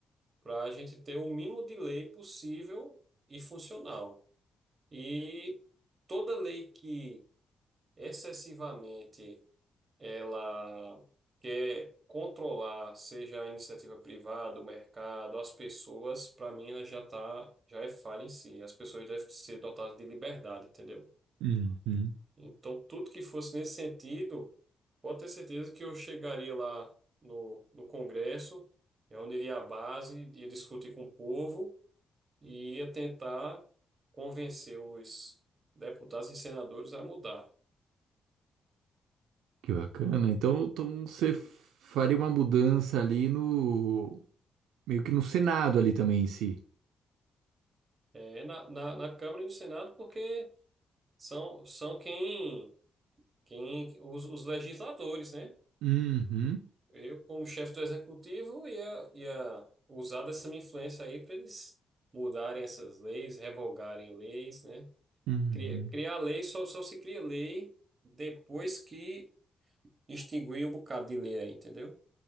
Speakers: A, on the right; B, on the right.
A: para a gente ter o mínimo de lei possível e funcional. E toda lei que excessivamente ela quer controlar, seja a iniciativa privada, o mercado, as pessoas, para mim ela já tá, já é falha em si. As pessoas devem ser dotadas de liberdade, entendeu?
B: uhum.
A: Então, tudo que fosse nesse sentido, pode ter certeza que eu chegaria lá no, no Congresso, reuniria a base, ia discutir com o povo e ia tentar convencer os deputados e senadores a mudar.
B: Que bacana. Então, então você faria uma mudança ali no. Meio que no Senado ali também em si.
A: É, na, na, na Câmara e no Senado, porque São, são quem, quem os, os legisladores, né?
B: Uhum,
A: Eu, como chefe do executivo, ia, ia usar dessa minha influência aí para eles mudarem essas leis, revogarem leis, né?
B: uhum.
A: Cria- Criar, lei só, só se cria lei depois que extinguir um bocado de lei aí, entendeu?